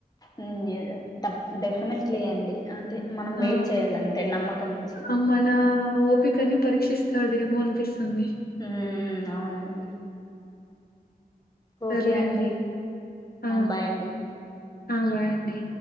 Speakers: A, on the left (about 25°); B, on the left (about 75°).
A: ఉ ఎ తప్ డెఫినెట్లీ అండి అంతే మనం
B: ఆ
A: వెయిట్ చేయాలి అంతే నమ్మకం ఉంచి
B: ఆహ్, మన ఓపికని పరీక్షిస్తాడు ఏమోన్పిస్తుంది
A: ఉమ్ అవునండి
B: సర్లెండి
A: ఓకే అండి
B: ఆ
A: బాయ్ అండి
B: ఆ బాయండి